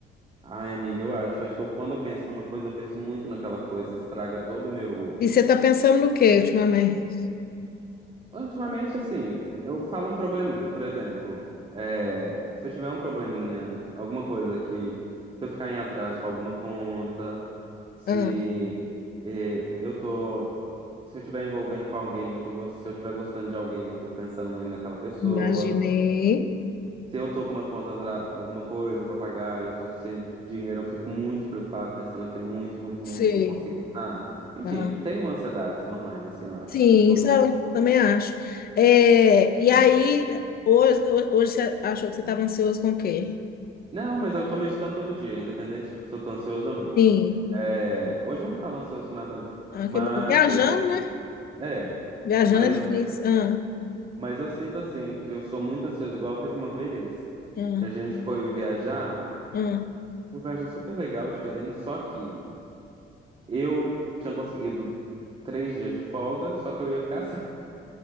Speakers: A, on the right; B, on the left.
A: Ai, amiga, eu acho. Eu Acho que eu- quando eu penso numa coisa, eu penso muito naquela coisa, estraga todo o meu
B: E você está pensando no quê ultimamente?
A: Ultimamente, assim, eu falo um probleminha, por exemplo. é, se eu tiver um probleminha, alguma coisa que. Se eu ficar em atraso com alguma conta, se
B: Ah,
A: é, eu tô. Se eu estiver envolvendo com alguém, eu tô, gos- se eu estiver gostando de alguém, eu fico pensando muito naquela pessoa.
B: imaginei.
A: Se eu tô com uma conta, atra- alguma coisa pra pagar e eu tô sem dinheiro, eu fico muito preocupado, pensando aquilo muito, muito,
B: Sei.
A: muito, não consigo, sabe? Enfim,
B: Ah,
A: tem ansiedades normais, assim, eu acho,
B: sim,
A: de todo
B: isso
A: mundo.
B: eu também acho. É, e aí, hoje, hoje você achou que você estava ansioso com o quê?
A: Não, mas eu tô meditando todo dia, independente se eu tô ansioso ou não.
B: Sim.
A: É, hoje eu não tava ansioso com nada, não.
B: Ah,
A: Mas,
B: que bom. Viajando, né?
A: é.
B: Viajando
A: Mas,
B: é difícil. Ah,
A: mas eu sinto assim, que eu sou muito ansioso. Igual teve uma vez
B: ah,
A: que a gente foi viajar,
B: ah,
A: uma viagem super legal, diferente, só que eu tinha conseguido três dias de folga, só que eu ia ficar <laughs> sem.